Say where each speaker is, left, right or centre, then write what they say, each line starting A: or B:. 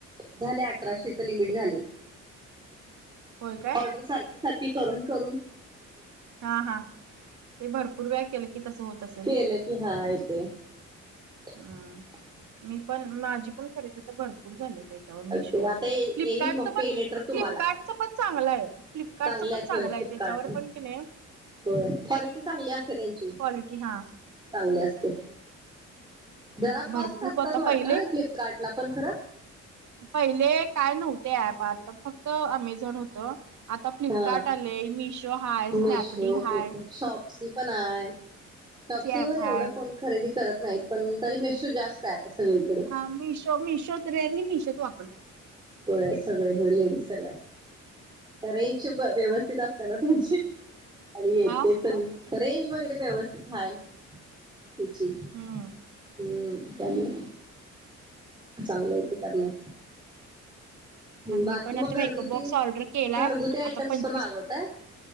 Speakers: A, on the right; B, on the right.
A: झाले अठराशेच लिमिट झाले.
B: होय काय
A: ऑर्डर सारखी सारखी करून करून
B: हा हा, ते भरपूर वेळ केलं की तसं होत असेल
A: केलं
B: ना.
A: हा येते. <inaudible>
B: हम्म मी पण माझी पण खरेदी तर भरपूर झाले त्याच्यावर मिशोवर,
A: ते आता
B: फ्लिपकार्टच
A: येईल मग पे
B: पण
A: लेटर तुम्हाला
B: फ्लिपकार्टच पण चांगलं आहे. फ्लिप फ्लिपकार्ट
A: चांगले
B: च पण
A: आहेत
B: चांगलं
A: होय फ्लिपकार्ट
B: आहे. त्याच्यावर पण की नाही
A: होय, क्वालिटी चांगली असते त्यांची,
B: क्वालिटी हा
A: चांगली असते. जरा कॉस्ट
B: भरपूर
A: असतात
B: आता
A: वाटत
B: पहिले
A: फ्लिपकार्ट ला पण खरं,
B: पहिले काय नव्हते ॲप आता फक्त अमेझॉन होत. आता फ्लिपकार्ट
A: हा
B: आलय, मिशो हाय,
A: मशो
B: स्नॅपडील हाय,
A: परत शॉप्सी पण आहे. शॉप्सी वर
B: ऍप हाय.
A: एवढं कोण खरेदी करत नाहीत. पण तरी मिशो जास्त आहे आता सगळीकडे.
B: हा मिशो मिशोच रे मिशो वा
A: होय सगळे हे लेडीज सगळया, रेंज व्यवस्थित असत्या ना त्यांची. आणि येते
B: आ
A: तर, रेंज वगैरे व्यवस्थित हाय, त्याची.
B: हम्.
A: हम्म, त्यानी चांगले आहे ते टाकलं.
B: आणि
A: बाकी
B: मी पण आता
A: मग
B: मेकअप
A: घरगुती,
B: बॉक्स ऑर्डर केलाय
A: घरगुती आयटम्स
B: आता पंचवीस
A: पण मागवताय.